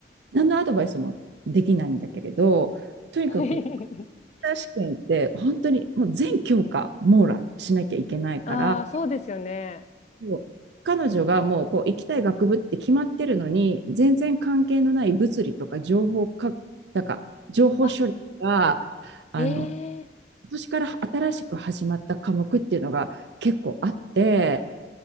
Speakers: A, on the right; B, on the left.
A: 何のアドバイスもできないんだけれど、とにかく、
B: <laughs>
A: ター試験って本当にもう全教科網羅しなきゃいけないから、
B: ああ、そうですよね。
A: もう彼女がもうこう行きたい学部って決まってるのに、全然関係のない物理とか情報か、なんか情報処理が、
B: あ、
A: あの、
B: ええ
A: 今年から新しく始まった科目っていうのが結構あって、